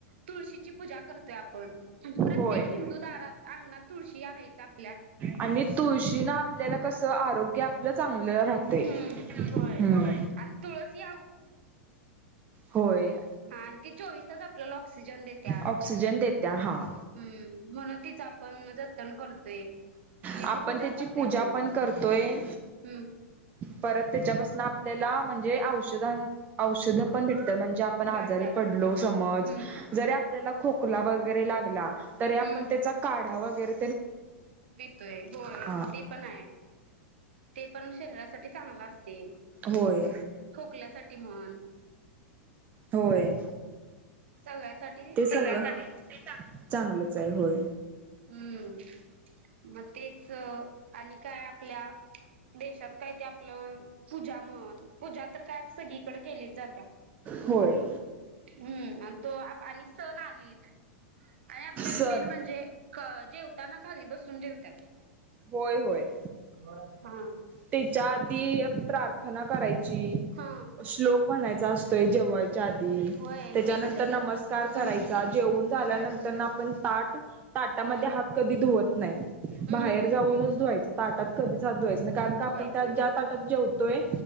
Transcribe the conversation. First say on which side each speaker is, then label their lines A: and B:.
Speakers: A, on the right; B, on the right.
A: तुळशी ची पूजा करतोय आप पण प्रत्येक
B: होय.
A: हिंदू दारात अंगणात तुळशी ती आहे च आप -
B: आणि तुळशी ना आपल्याला कस आरोग्य आपलं चांगलं राहतय
A: हम्म होय
B: हमम
A: आणि तुळस ही
B: होय
A: ह आणि ती चोवीस तास आपल्याला ऑक्सिजन देत्या्
B: ऑक्सिजन
A: हम्
B: देत्या हा
A: म्हणून ती चापण जतन करतोय
B: आपण
A: पूजा
B: त्याची
A: करतोय
B: पूजा
A: आपण
B: पण करतोय.
A: हम्म
B: परत त्याच्यापासून आपण आपल्याला म्हणजे औषधं औषध पण भेट ते म्हणजे आपण आजारी
A: भेटतात
B: पडलो समज
A: हम्म
B: जरी आपल्याला खोकला वगैरे लागला तरी आपण
A: हम्म
B: त्याचा काढा वगैरे
A: तोय होय. होय
B: हा
A: ते पण हाय ते पण शरीरासाठी चा चांगल असतय
B: होय
A: खोकल्या साठी ते म्हण.
B: होय.
A: सगळ्यासाठी
B: ते सगळ्यांसाठी
A: चांगलं आहे.
B: ते चांगलंच आहे होय.
A: हम्म. म तेच आणि काय आपल्या देशात काय ते आपलं पूजा म्हण पूजा तर, काय सगळीकडे केलीच जाते
B: होय
A: हम्म. आणि तो आणि सण आलीत आणि आपल्यात
B: सण
A: मेन म्हणजे क जेउ ताना खाली बसून जेवत्यात.
B: होय होय.
A: हा.
B: त्याच्या आधी प्रार्थना करायची,
A: हा
B: श्लोक म्हणायचा असतोय त जेव्हाय च्या आधी
A: होय
B: त्याच्यानंतर,
A: ते कशासाठी
B: नमस्कार
A: हम्म
B: करायचा जेवून झाल्यानंतर
A: होय
B: आपण ताट <inaudible> ताटामध्ये
A: हम्म
B: हात कधी धुवत नाही,
A: हम्म
B: बाहेर
A: हम्म
B: जाऊनच धुवायचं ताटात कधीच
A: हम्म
B: हात धुवायच नाही कारण आपन
A: धुवायचं नाही
B: ज्या ताटात जेवतोय